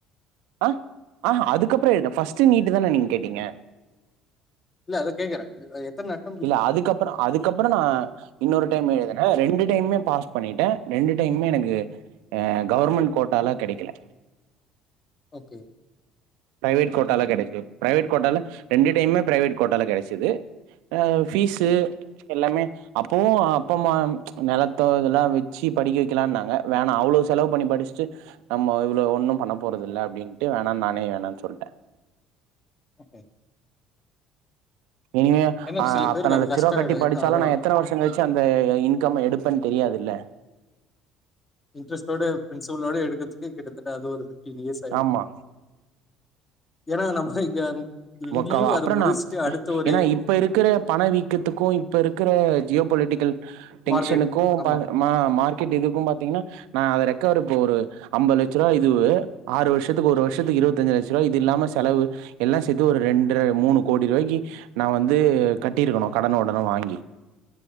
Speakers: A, on the right; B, on the left.
A: அ ஆஹ அதுக்கப்றோ எழுதல ஃபர்ஸ்ட் நீட்டு தான நீங்க கேட்டீங்க
B: இல்ல அதா கேக்குறே எ எத்தன அ
A: இல்ல அதுக்கப்பறோ அதுக்கப்பறோ நா இன்னொரு டைம் எழுதுனே ரெண்டு டைமுமே பாஸ் பண்ணிட்டே ரெண்டு டைமுமே எனக்கு அ கவர்மெண்ட் கோட்டாலா கெடைக்கல
B: ஓகே
A: பிரைவேட் கோட்டாலா கெடைக்கு பிரைவேட் கோட்டால ரெண்டு டைமுமே பிரைவேட் கோட்டால கெடச்சுது ஆ ஃபீஸு
B: ஓகே
A: எல்லாமே அப்போவு அப்ப அம்மா நெலத்த இதெல்லா வச்சு படிக்க வைக்கலான்னாங்க வேணா அவ்ளோ செலவு பண்ணி படிச்சுட்டு நம்ம இவ்ளோ ஒன்னு பண்ண போறதில்ல அப்டின்ட்டு வேணானு நானே வேணான் சொல்ட்டே
B: ஓகே
A: இனிமே
B: ஏன்னா
A: அ
B: சில
A: அத்தன
B: பேருக்கு அது
A: லட்ச
B: கஷ்டம்
A: ரூவா கட்டி
B: ஆயிடும்
A: படிச்சாலு
B: ஏன்னா அதெல்லாம்
A: நா எத்தன வருஷ் ஷோங் கழிச்சு அந்த இன்கம்ம எடுப்பன் தெரியாதுல்ல
B: இன்ட்ரஸ்டோட பிரின்சிபலோட எடுக்கத்துக்கு கிட்டத்தட்ட அது ஒரு ஃபிஃப்டீன் இயர்ஸ் ஆயிடு
A: ஆமா
B: ஏனா நமக்தா இங்க இங்கேயும்
A: மொக்காவா அப்புறனா
B: அதை முடிச்சுட்டு அடுத்த ஒரு
A: ஏனா இப்ப இருக்குற பணவீக்கத்துக்கு இப்ப இருக்குற ஜியோ பொலிட்டிக்கல் டென்ஷனுக்கும்
B: மார்க்கெட் ஆமா
A: பாக மா மார்க்கெட் இதுக்கும் பாத்தீங்கன்னா நா அத ரெக்கவர் இப்போ ஒரு அம்பதுலட்சரூவா இதுவு ஆறு வருஷத்துக்கு ஒரு வருஷத்துக்கு இருவத்தஞ்சு லட்சரூபா இது இல்லாம செலவு எல்லா சே த்து ஒரு ரெண்ற மூணு கோடி ரூவாய்க்கு நா வந்து கட்டிருக்கணு கடன ஒடன வாங்கி